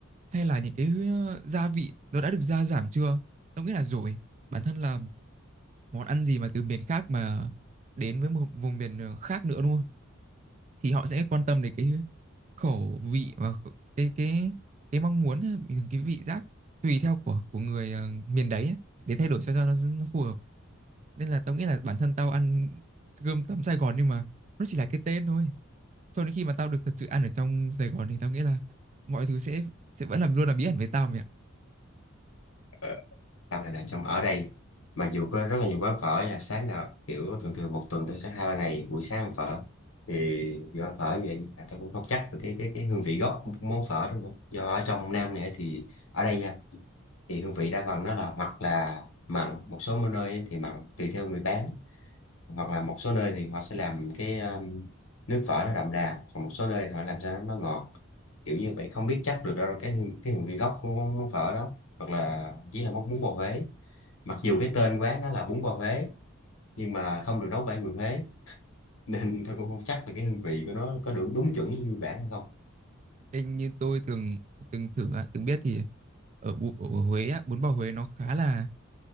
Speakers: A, on the right (about 35°); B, on the left (about 75°).
A: hay là những cái ờ, gia vị nó đã được gia giảm chưa. Tao nghĩ là rồi. Bản thân là món ăn gì mà từ miền khác mà đến với một vùng miền ờ, khác nữa đúng không? Thì họ sẽ quan tâm đến cái khẩu vị và khẩu- cái cái cái mong muốn ờ, cái vị giác tùy theo của của người ờ, miền đấy ấy, để thay đổi sao cho nó, nó phù hợp nên là tao nghĩ là bản thân tao ăn cơm tấm Sài Gòn nhưng mà nó chỉ là cái tên thôi cho đến khi mà tao được thật sự ăn ở trong Sài Gòn thì tao nghĩ là mọi thứ sẽ sẽ vẫn làm luôn là bí ẩn với tao mẹ ạ.
B: ờ, hoặc là này, trong ở đây mặc dù có rất là nhiều quán phở là sáng nào kiểu thường thường một tuần tôi sẽ hai ba ngày buổi sáng ăn phở thì do ăn phở như vậy à, tôi cũng không chắc được cái cái cái hương vị gốc món phở đó nữa do ở trong Nam này thì ở đây nha thì hương vị đa phần nó là hoặc là mặn một số nơi ấy thì mặn tùy theo người bán hoặc là một số nơi thì họ sẽ làm cái um, nước phở nó đậm đà còn một số nơi họ làm sao nó ngọt kiểu như vậy không biết chắc được đâu cái hương cái hương vị gốc của món, món phở đó hoặc là chỉ là món bún bò Huế mặc dù cái tên quán nó là bún bò Huế nhưng mà không được nấu bởi người Huế <laughs> nên tôi cũng không chắc là cái hương vị của nó có được đúng chuẩn như nguyên bản hay không
A: Thế như tôi từng từng thử á, từng biết thì ở, Bu- ở Huế á, bún bò Huế nó khá là